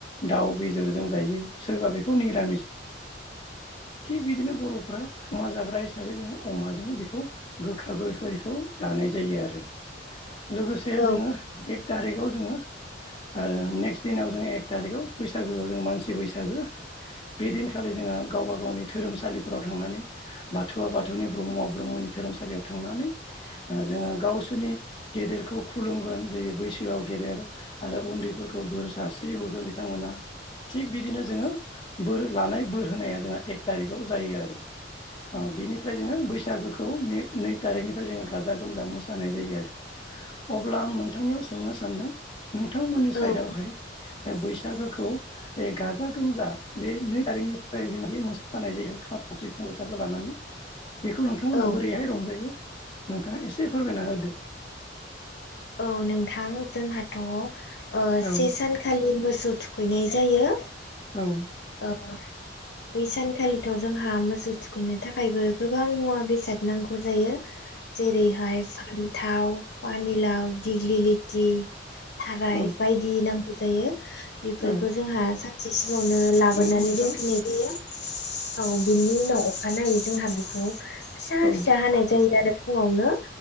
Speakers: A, on the left; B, on the left.
A: दाउ बेदरजों जायो। सोरबा बेखौ निरामिस थिग बिदिनो बर'फ्रा अमा जाग्रा हिसाबै जोङो अमाजों बेखौ गोखा गोखैखौ जानाय जायो आरो। लोगोसे
B: औ
A: जोङो एक थारिखाव जोङो आरो नेक्स्ट दिनाव जोङो एक थारिखआव बैसागोआव जो मानसि बैसागो बे दिनखालि जोङो ओ गावबा गावनि धोरोमसालिफोराव थांनानै बाथौआ बाथौनि ब्रह्मआ ब्रह्मनि धोरोमसालियाव थांनानै जोङो गावसोरनि गेदेरखौ खुलुमगोन जे बैसोआव गेदेर आरो उन्दैफोरखौ बोर सारस्रि हरगोन बिथांमोना थिग बिदिनो जोङो बोर लानाय बोर होनाया जोंहा एक थारिखाव जायो आरो। अ बिनिफ्राय जोङो बैसागोखौ नै तारिखनिफ्राय जोङो गाजा गोमजा मोसा नाय जायो आरो। अब्ला आं नोंथांनियाव सोंनो सानदों नोंथांमोननि
B: औ
A: साइदआवहाय बैसागोखौ गाजा गोमजा बे नै थारिखनिफ्राय जों मोसा जानाय जायो खाम सिफुं ज'थाखो लानानै बेखौ नोंथांमोनहा
B: औ
A: बोरैहाय रंजायो? नोंथाङा एसे फोरमायना होदो।
B: औ नोंथां जोंहाथ' ओ से
A: औ
B: सानखालि मोसौ थुखैनाय जायो
A: औ
B: अ बै सानखालिथ' जोंहा मोसौ थुखैनो थाखायबो गोबां मुवा बेसाद नांगौ जायो जेरैहाय फान्थाव पानिलाव दिग्लिलिथि थाराय
A: औ
B: बायदि नांगौ जायो बेफोरखौ
A: औ
B: जोंहा सानसे सिङावनो लाबोनानै
A: नंगौ नोंथां
B: दोनफैनाय जायो। औ बिनि उनाव अखानायै जोंहा बेखौ फिसा
A: औ
B: फिसा हानाय जायो आरो फुङावनो